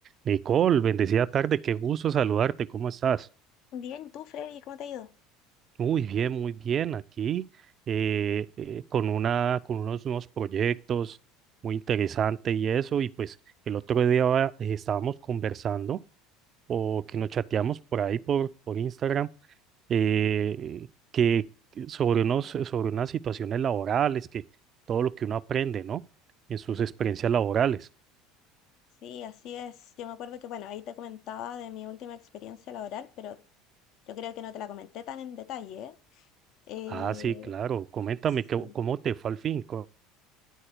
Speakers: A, on the right; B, on the left.
A: Nicole, bendecida tarde, qué gusto saludarte, ¿cómo estás?
B: Bien, ¿y tú, Freddy, cómo te ha ido?
A: Muy bien, muy bien, aquí eh, eh, con una, con unos nuevos proyectos muy interesante y eso, y pues el otro día eh, estábamos conversando o que nos chateamos por ahí por, por Instagram eh, que que sobre unos, sobre unas situaciones laborales, que todo lo que uno aprende, ¿no? En sus experiencias laborales.
B: Sí, así es. Yo me acuerdo que, bueno, ahí te comentaba de mi última experiencia laboral, pero yo creo que no te la comenté tan en detalle, ¿eh? Eh,
A: Ah, sí, claro, coméntame, ¿qué-
B: sí.
A: ¿cómo te fue al fin?